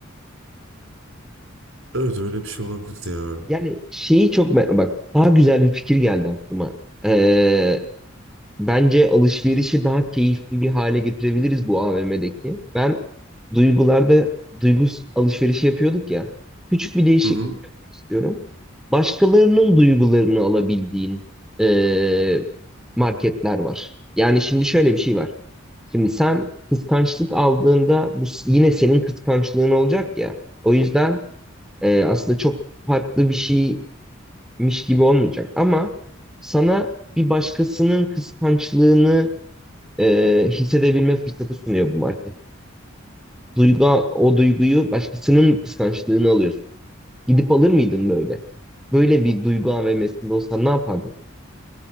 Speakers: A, on the right (about 80°); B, in the centre.
A: Evet öyle bir şey olabilirdi ya.
B: Yani şeyi çok me- bak daha güzel bir fikir geldi aklıma. Ee, Bence alışverişi daha keyifli bir hale getirebiliriz bu AVM'deki. Ben duygularda duygu alışverişi yapıyorduk ya. Küçük bir değişiklik
A: Hı hı.
B: yapmak istiyorum. Başkalarının duygularını alabildiğin eee, marketler var. Yani şimdi şöyle bir şey var. Şimdi sen kıskançlık aldığında bu s- yine senin kıskançlığın olacak ya. O yüzden eee, aslında çok farklı bir şeymiş gibi olmayacak. Ama sana bir başkasının kıskançlığını e, hissedebilme fırsatı sunuyor bu market. Duygu, o duyguyu başkasının kıskançlığını alıyorsun. Gidip alır mıydın böyle? Böyle bir duygu AVM'sinde olsan ne yapardın?